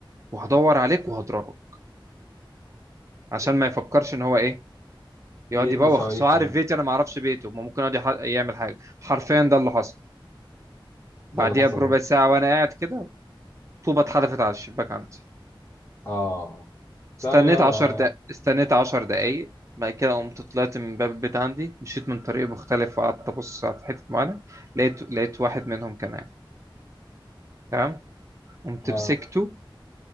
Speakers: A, on the right; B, on the left.
A: وهدور عليك وهضربك عشان ما يفكرش ان هو ايه يقعد
B: يرمي
A: يبوخ
B: صواريخ
A: بس هو عارف
B: على
A: بيتي انا ما اعرفش بيته ما ممكن يقعد يح- يعمل حاجه حرفيا ده اللي حصل
B: ده
A: بعديها
B: اللي حصل
A: بربع
B: ايه
A: ساعه وانا قاعد كده طوبه اتحدفت على الشباك عندي
B: اه ترارا
A: استنيت 10 دقايق استنيت 10 دقايق بعد كده قمت طلعت من باب البيت عندي مشيت من طريق مختلف وقعدت ابص في حته معينه لقيت لقيت واحد منهم كان قاعد تمام قمت
B: اه
A: مسكته